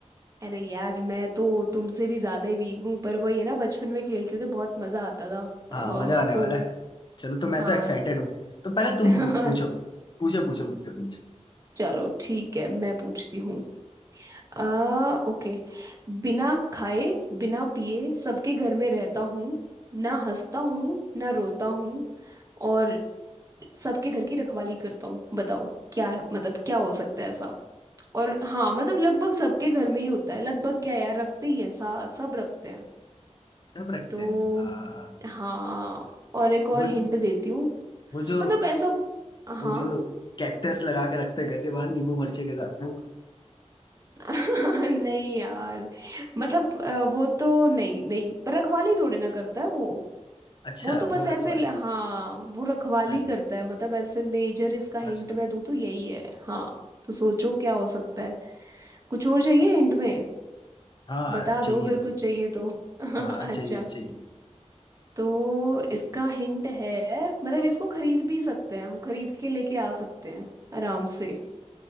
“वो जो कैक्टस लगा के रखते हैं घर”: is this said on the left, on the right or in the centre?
Left